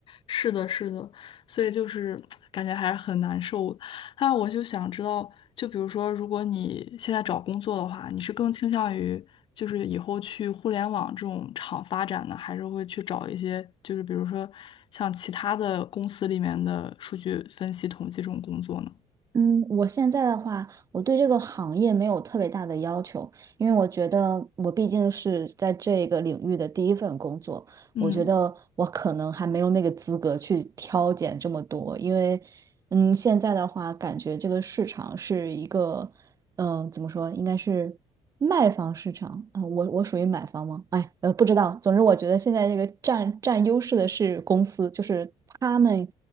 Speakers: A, on the left (about 40°); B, on the right (about 25°).
A: 是的，是的，所以就是感觉还是很难受的。那我就想知道，就比如说，如果你现在找工作的话，你是更倾向于就是以后去互联网这种厂发展呢，还是会去找一些就是比如说像其他的公司里面的数据分析统计这种工作呢？
B: 嗯，我现在的话，我对这个行业没有特别大的要求，因为我觉得我毕竟是在这个领域的第一份工作，
A: 嗯
B: 我觉得我可能还没有那个资格去挑拣这么多，因为，嗯，现在的话，感觉这个市场是一个。嗯、呃怎么说，应该是卖方市场啊、我我属于买方吗？哎，呃，不知道。总之，我觉得现在这个占占优势的是公司，就是他们